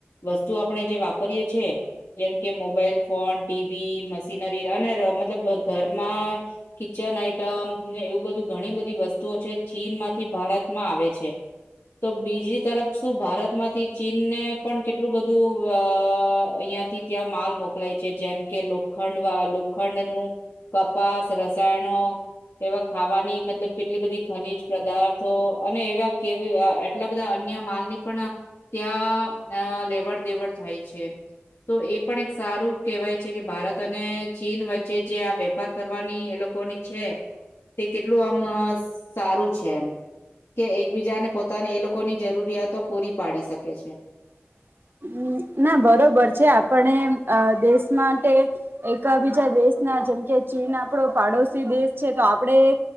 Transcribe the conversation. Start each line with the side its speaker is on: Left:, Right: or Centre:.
Left: વસ્તુ આપણે જે વાપરીએે છ છેી જેમ કે મોબાઈલ ફોન ટીવી મશીનરી અને મતલબ ઘરમાં કચ આ ને એવું બધું ઘણી બધી વસ્તુઓ છે ચીન માંથી ભારતમાં આવે છે તો બીજી તરફ શું ભારતમાંથી ચીનને પણ કેટલું બધું અ હતી ત્યાં માલ મો મોકલાય છે જેમ કે લોખંડ લોખંડ નું કપાસ, રસાયણો એવા ખાવાની મતલબ કેટલી બધી ખનીજ પદાર્થો અને એવા કે એટલા બધા અન્ય માલ ની પણ ત્યાં ના લેવડ દેવડ થાય છે. તો એ પણ એક સારું કહેવાય છે કે ભારત અને ચીન વચ્ચે જે આ વેપાર કરવાની એ લોક લોકોની છે તે કેટલું આમ સારું છે એમ. કે એકબીજાને પોતાની એ લોકોની જરૂરિયાતો પૂરી પાડી શકે છે.
Right: <unintelligible> ના બરોબર છે આપણે અ દેશ માટે એક બીજા દેશ ના જેમ કે ચીન આપડો પાડોશી દેશ છે તો આપણેે